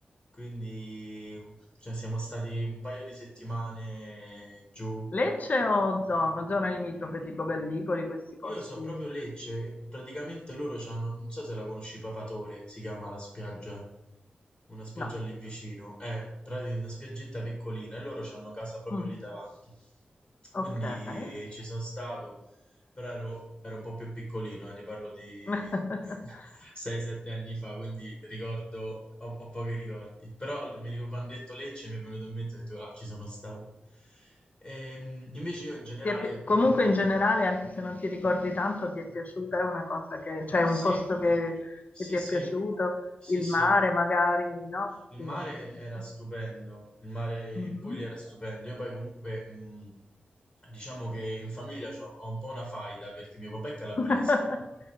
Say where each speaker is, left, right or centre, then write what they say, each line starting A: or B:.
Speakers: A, on the left; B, on the left.
A: Quindi, um, cioè, siamo stati un paio di settimane giù
B: Lecce o zona? Zona limitrofe tipo Gallipoli, questi posti?
A: Io so proprio Lecce, praticamente loro c'hanno, non so se la conosci, Papatore, si chiama la spiaggia, una spiaggia
B: No.
A: lì vicino, è praticamente una spiaggetta piccolina e loro c'hanno casa proprio
B: Mm,
A: lì davanti.
B: ok.
A: Quindi ci sono stato, però ero, ero un po' più piccolino, eh, ti parlo di
B: <laughs>
A: <laughs> 6-7 anni fa, quindi ricordo, ho, ho pochi ricordi, però mi ricordo quando ho detto Lecce mi è venuto in mente e ho detto, ah, ci sono stato. Ehm, invece io in generale...
B: Ti è pi- comunque in generale, anche se non ti ricordi tanto, ti è piaciuta? È una cosa che, cioè
A: Sì,
B: un posto che,
A: sì,
B: che ti
A: sì,
B: è piaciuto?
A: sì,
B: Il
A: sì.
B: mare magari, no?
A: Il
B: Sì,
A: mare
B: abbastanza.
A: era stupendo, il mare
B: Mhm.
A: in Puglia era stupendo. Io poi comunque, mh, diciamo che in famiglia c'ho- ho un po' una faida perché mio papà è calabrese.
B: <laughs>